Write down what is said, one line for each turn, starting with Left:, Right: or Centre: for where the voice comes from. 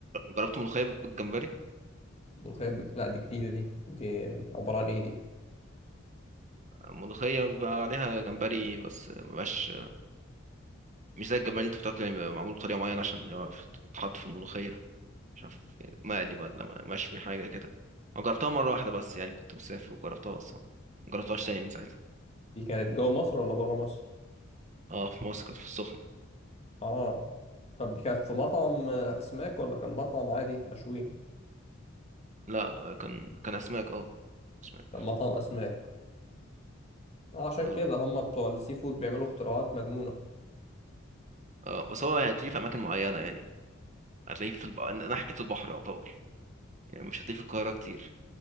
Right: جربت ملوخية بالجمبري
Left: ملوخية بج... لا دي جديدة دي دي عبارة عن ايه دي
Right: الملوخية بيبقى عليها جمبري بس مبقاش مش زي الجمال اللي انت بتاكله يعني بيبقى معمول بطريقه معينه عشان يعرف يتحط في الملوخيه مش عارف مقلي ولا م- مشوي حاجه كده انا جربتها مره واحده بس يعني كنت مسافر وجربتها بس ما ما جربتهاش تاني من ساعتها
Left: دي كانت جوه مصر ولا بره مصر
Right: اه في مصر كانت في السخنه
Left: اه طب دي كانت في مطعم آه، اسماك ولا كان مطعم عادي مشوي
Right: لا كان كان اسماك اه اسماك
Left: كان مطعم اسماك آه، عشان كده
Right: اه
Left: هم بتوع السي فود بيعملوا اختراعات مجنونة
Right: اه بس هو هتلاقيه في اماكن معينه يعني هتلاقيه في الب... ناحيه البحر يعتبر يعني مش هتلاقيه في القاهره كتير